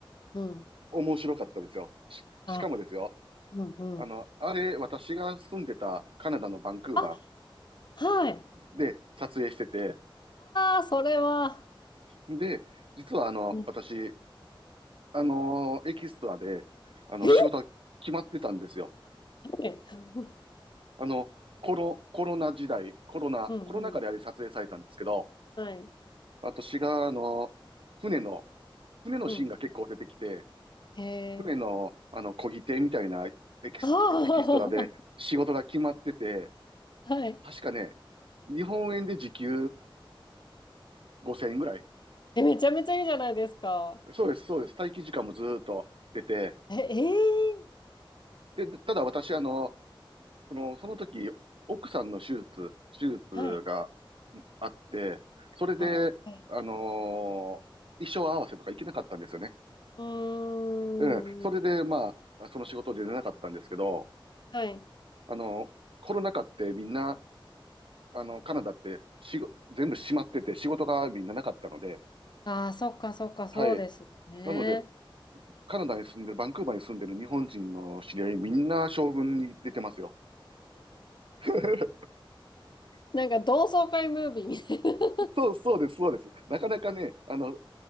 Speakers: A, on the left; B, on the right.
A: うん。
B: 面白かったですよ。し、
A: あ、
B: しかもですよ。
A: うん、うん。
B: あの、あれ、私が住んでたカナダのバンクーバ
A: あ、はい。
B: ーで撮影してて、
A: ああ、それは。
B: で、実はあの、
A: うん
B: 私、あのエキストラで、あの、
A: え
B: 仕事が決まってたんですよ。
A: え <laughs>
B: あの、コロ、コロナ時代、コロナ、
A: うん、
B: コロナ禍であれ撮影されたんですけど、
A: うん。はい。
B: 私が、あの、船の、船のシーンが結構出てきて、
A: うん。へえ。
B: 船の、あの、漕ぎ手みたいなエキスト、
A: <laughs> あ
B: エキストラで仕事が決まってて、
A: あ、はい。
B: 確かね、日本円で時給5000円ぐらい
A: え、めちゃめちゃいいじゃないですか。
B: そうです、そうです。待機時間もずーっと出て、
A: え、え
B: で、ただ私、あの、その、その時、奥さんの手術、手術がんあって、
A: えはい。
B: それで、
A: あら、はい。
B: あのー衣装合わせとか行けなかったんですよね。
A: うーん。
B: うん。それで、まあ、その仕事で出なかったんですけど、
A: はい。
B: あの、コロナ禍ってみんな、あの、カナダってしご、全部閉まってて仕事がみんななかったので、
A: ああ、そっか、そっか、そうですよね。
B: はい。なので、カナダに住んでる、バンクーバーに住んでる日本人の知り合い、みんな将軍に出てますよ。<laughs>
A: なんか同窓会ムービーみたいな。
B: そう、そうです、そうです。なかなかね、あの、